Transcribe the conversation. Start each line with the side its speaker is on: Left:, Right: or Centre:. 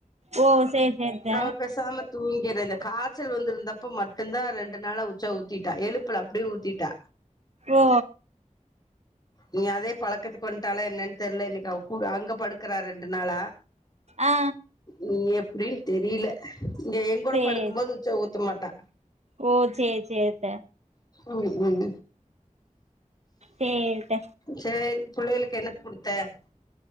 Right: ஓ சேரி சேரித்த
Left: அவ பேசாம தூங்கிர்றா இந்த காச்சல் வந்திருந்தப்ப மட்டுந்தா ரெண்டு நாளா உச்சா ஊத்திட்டா எழுப்பல அப்டியே ஊத்திட்டா
Right: ஓ
Left: இனி அதே பழக்கத்துக் வந்ட்டாளா என்னன் தெர்ல இன்னிக்கு அவ கூட அங்க படுக்கறா ரெண்டு நாளா
Right: ஆ
Left: இனி எப் ப்டின் தெரீல இங்க எங்கூட
Right: சேரி
Left: படுக்கும்போது உச்சா ஊத்தமாட்டா
Right: ஓ சேரி சேரித்த
Left: உம் உம்
Right: சேரித்த
Left: சேரி பிள்ளையளுக்கு என்னக் குடுத்த <inaudible>